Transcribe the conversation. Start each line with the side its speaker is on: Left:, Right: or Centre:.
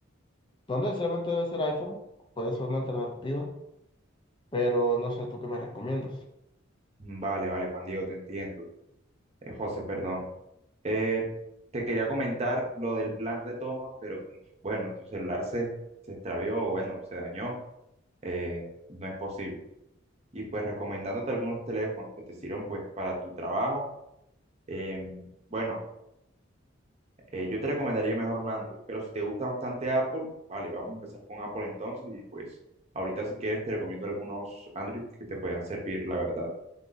Left: No necesariamente debe ser iPhone, puede ser una alternativa. Pero no sé, ¿tú qué me recomiendas?
Right: Vale, vale, Juan Diego, te entiendo. Eh, José, perdón. Eh, te quería comentar lo del plan retoma, pero como, bueno, tu celular se, se extravió, bueno, se dañó, eh, no es posible. y pues recomendándote algunos teléfonos que te sirvan pues para tu trabajo. em, bueno, eh, yo te recomendaría mejor un Android, pero si te gusta bastante Apple, vale, vamos a empezar con Apple entonces y pues ahorita si quieres te recomiendo algunos Android que te puedan servir, la verdad.